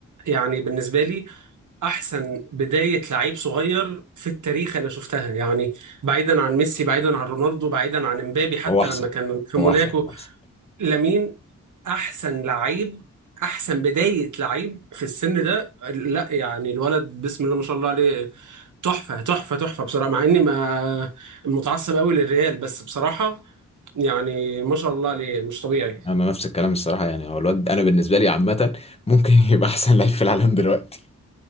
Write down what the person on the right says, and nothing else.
يعني بالنسبة لي احسن بداية لعيب صغير في التاريخ انا شفتها يعني بعيدا عن ميسي بعيدا عن رونالدو بعيدا عن امبابي حتى
لما كان في
موناكو
لامين احسن لعيب احسن بداية لعيب في السن ده لا يعني الولد بسم الله ما شاء الله عليه تحفة تحفة تحفة بصراحة مع اني ما متعصب قوي للريال بس بصراحة يعني ما شاء الله عليه مش طبيعي